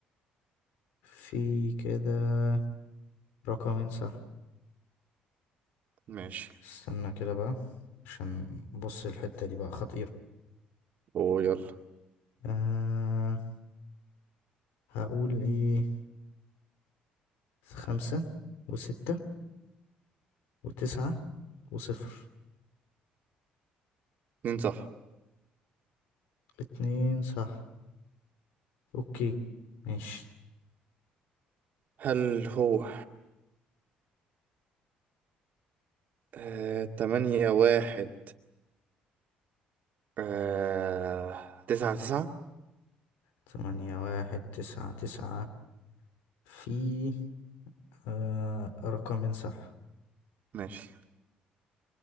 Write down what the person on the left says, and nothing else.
في كده رقمين صح
استنى كده بقى عشان بص الحتة دي بقى خطيرة
أه هقول ايه خمسة وستة وتسعة وصفر
اتنين صح اوكي ماشي
تمانية واحد تسعة تسعة في آه رقمين صح